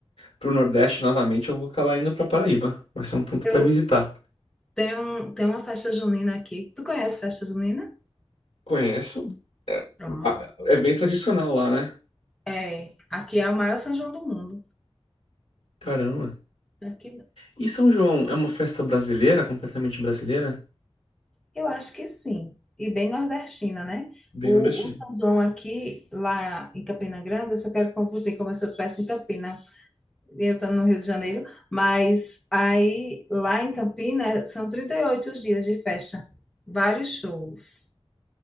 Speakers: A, on the left; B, in the centre.
A: pro Nordeste novamente, eu vou acabar indo pra Paraíba. Vai ser um ponto
B: Eu
A: pra visitar.
B: tenho, um- tenho uma festa junina aqui. Tu conhece festa junina?
A: Conheço. É,
B: Pronto.
A: ah, é bem tradicional lá, né?
B: É, aqui é o maior São João do mundo.
A: Caramba.
B: Aqui
A: E São João é uma festa brasileira, completamente brasileira?
B: Eu acho que sim. E bem nordestina, né?
A: Bem
B: O,
A: nordestino.
B: o São João aqui, lá em Campina Grande, eu só quero confundir como se eu estivesse em Campina, e eu estou no Rio de Janeiro, mas aí lá em Campina são 38 dias de festa, vários shows.